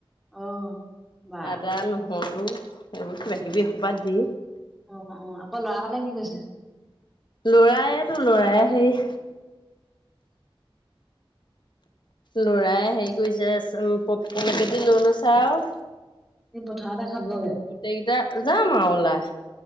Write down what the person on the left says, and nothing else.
আদা, নহৰু এইবোৰ কিবা সিবি এসোপা দি।
ল'ৰায় তো ল'ৰায় সেই লৰাই হেৰি কৰিছে পপকন এপেতি লৈ লৈছে আৰু।
গোটেইকেইটা যাম আৰু ওলায়।